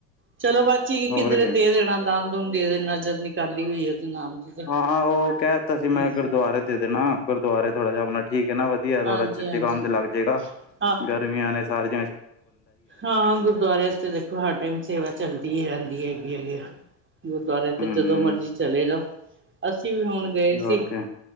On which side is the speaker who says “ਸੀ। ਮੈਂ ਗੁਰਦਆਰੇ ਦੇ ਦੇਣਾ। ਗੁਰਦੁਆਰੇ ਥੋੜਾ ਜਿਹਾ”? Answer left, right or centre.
Left